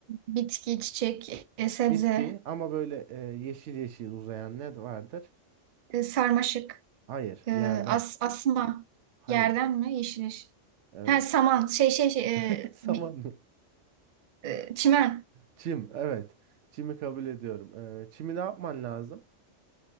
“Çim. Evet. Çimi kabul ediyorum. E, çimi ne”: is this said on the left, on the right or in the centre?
Right